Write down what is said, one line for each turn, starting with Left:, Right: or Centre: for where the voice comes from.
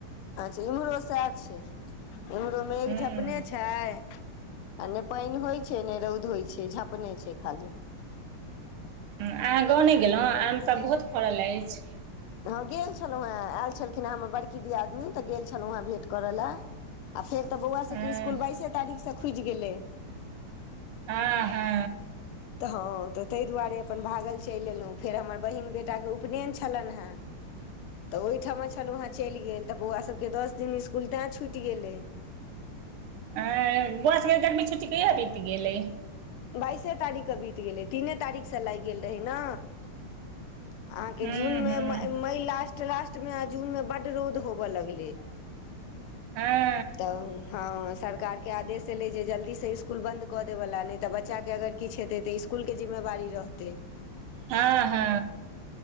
Left: अच्छा इम्हरो सएह छै इम्हरो मे
Right: हूँ
Left: एक झपने छै आ नहि पानि होइ छै नहि रौद होइ छै झाँपने छै खाली
Right: अहाँ गाँव नहि गेलहुँ आमसब बहुत फड़ल अछि
Left: हँ गेल छलहुँ हेँ आयल छलखिन हेँ हमर बड़की दीयादनी तऽ गेल छलहुँ हेँ भेँट करय लए आ फेर तऽ बौआ
Right: हँ
Left: सबके स्कुल बाइसे तारीख से खुजि गेले
Right: आ हँ
Left: तऽ हँ तऽ ताहि दुआरे अपन भागल चलि एयलहुँ फेर हमर बहिन बेटाके उपनयन छलनि हेँ
Right: <unintelligible>
Left: तऽ ओहिठाम छलहुँ हेँ चलि गेल तऽ बौआ सभके दस दिन स्कुल तैं छूटि गेलै
Right: आ बौआ सबके गर्मी छुट्टी कहिया बित गेलै
Left: बाइसे तारीखके बीत गेलै तीने तारीख से लागि गेल रहै ने अहाँके
Right: हूँ
Left: जूनमे
Right: हूँ
Left: मई लास्ट लास्टमे आ जूनमे बड्ड रौद होबय लगलै
Right: हँ
Left: तऽ हँ सरकारके आदेश एलै जे जल्दीसँ इस्कुल बंन्द कऽ देवला नहि तऽ बच्चाके अगर किछु हेतै तऽ इसकुल के जिम्मेवारी रहतै
Right: ह हँ